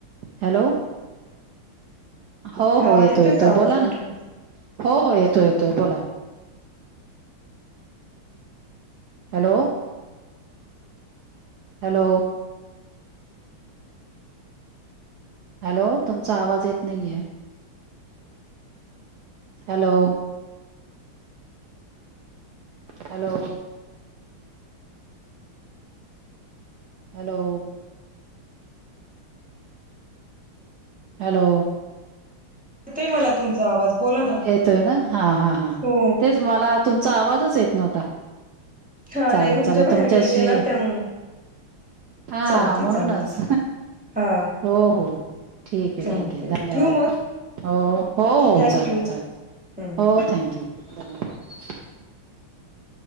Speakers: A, on the right (about 75°); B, in the centre.
A: हॅलो! हो
B: हा
A: हो येतोय येतोय
B: का आवाज
A: बोला
B: म्हटलं
A: ना. हो हो, येतोय येतोय बोला. हॅलो! हॅलो! हॅलो! तुमचा आवाज येत नाहीये. हॅलो! हॅलो! हॅलो! हॅलो!
B: येतोय मला तुमचा आवाज. बोला ना
A: येतोय ना हा हा हा
B: हो
A: तेच मला तुमचा आवाजचं येत नव्हतं.
B: हा
A: चालेल
B: नाही रूमच्या
A: चालेल
B: बाहेर
A: तुमच्याशी
B: गेलते ना त्यामुळं
A: हा
B: चालते
A: म्हणूनच
B: चालते हा
A: हो हो. ठीक आहे
B: चालते
A: ठीक आहे धन्यवाद!
B: ठेवू मग
A: हो हो
B: थँक
A: चाल चालेल
B: यू
A: चालेल,
B: हम्म
A: हो थँक्यू धन्यवाद!